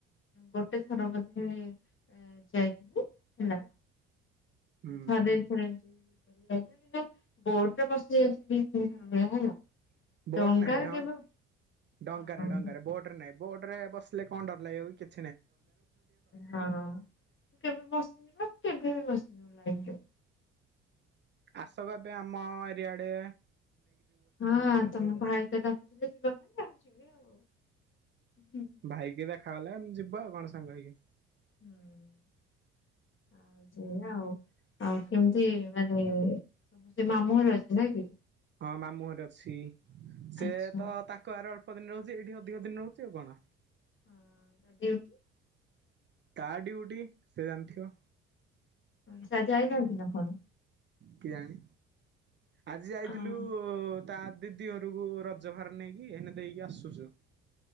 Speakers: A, on the left; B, on the right.
A: ଗୋଟେ ଥର ବୋଧେ ଯାଇଥିଲି ହେଲା
B: ହୁଁ
A: ଥରେ ଥରେ ଛ କିନ୍ତୁ ବୋଡରେ ବସି ଯାଇଛି ହେଲା
B: ବୋଟ
A: ଡଙ୍ଗାରେ
B: ନାହିଁ ଡ
A: କେବେ ହଁ
B: ଡଙ୍କାରେ
A: ହଁ।
B: ଡଙ୍କାରେ ବୋଟ ନାଇଁ ବୋର୍ଡ ରେ ବସିଲେ କଣ ଡରିଲ ଏଉ କେତେ
A: ହଁ କେବେ ବସିଯିବା କେବେ ବି ବସି ମୋ ଲାଇଫ ରେ
B: ଆସ କେବେ ଆମ ଏରିଆଡେରେ
A: ହଁ ତମ ଭାଇ ତ ଡାକୁଥିଲେ ଯିବା ପାଇଁ ଚାହୁଁ ଯିବି ଆଉ, ହୁଁ।
B: ଭାଇ କେ ଦେଖ ଖାଲେ ଜୀବ ହେଲେ ସାଙ୍ଗ ହେଇକି।
A: ହୁଁ ଆଉ ସେଇା ଆଉ ଆଉ କେମିତି ମାନେ ସମ ସେ ମାମୁଁରେ ଅଛି ନା କି
B: ହଁ ମାମୁଁରେ ଅଛି। ସେ
A: ଆଚ୍ଛା
B: ତ ତାଙ୍କୁ ଆର ଅଳ ସ ଦିନରେ ରହୁଛି ଏଇଠି ଅଧିକ ଦିନ ରହୁଛି ଆଉ କଣ
A: ହଁ ଡିଉଟି
B: ତା ଡିଉଟି ସେ ଜାଣିଥିବ।
A: ସାଇକି ଇନା କିନା କଣ
B: କେୟାଣୀ ଆଜି ଯାଇଥିଲୁ
A: ହଁ।
B: ତା ଦିଦି ଘରକୁ ରଜ ବାହାର ନେଇକି ଏନେ ଦେଇକି ଆସୁଛୁ।